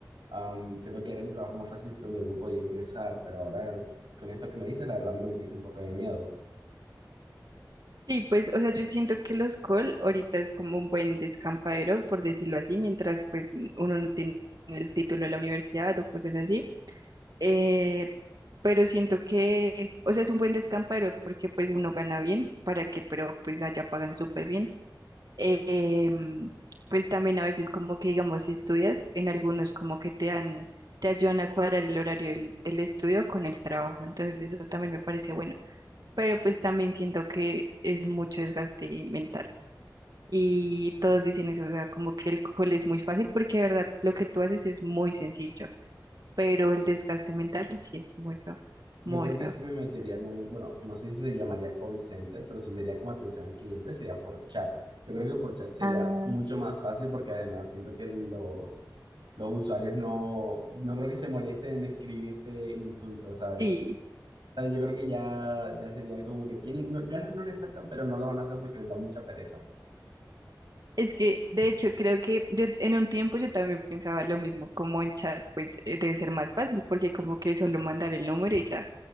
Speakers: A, on the right; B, on the right.
A: am, siento que era el trabajo más fácil donde uno podía ingresar, pero ahora con esto que me dices, la verdad me metiste un poco de miedo.
B: Sí, pues, o sea, yo siento que los call ahorita es como un buen descampadero, por decirlo así, mientras pues uno no tiene el título de la universidad o cosas así. Eh, pero siento que, o sea, es un buen descampadero porque pues uno gana bien, para que, pero pues allá pagan súper bien. Eh, em, pues también a veces como que, digamos, si estudias, en algunos como que te dan, te ayudan a cuadrar el horario del, del estudio con el trabajo. Entonces eso también me parece bueno pero pues también siento que es mucho desgaste mental. Y todos dicen eso, o sea, como que el cole es muy fácil porque de verdad lo que tú haces es muy sencillo, pero el desgaste mental sí es muy feo, muy
A: Yo creo
B: feo.
A: que sí me metería en un, bueno, no sé si se llamaría call center, pero si sería como atención al cliente, sería por chat. Yo creo que por chat sería
B: Ah,
A: mucho más fácil porque además siento que los, los usuarios no, no creo que se molesten en escribirte insultos, ¿sabes?
B: Sí,
A: O sea, yo creo que ya, ya sería algo como que tienen, no- ganas no les faltan, pero no lo van a hacer porque les da mucha pereza.
B: es que de hecho creo que yo en un tiempo yo también pensaba lo mismo, como en chat pues eh, debe ser más fácil porque como que solo mandar el número y ya.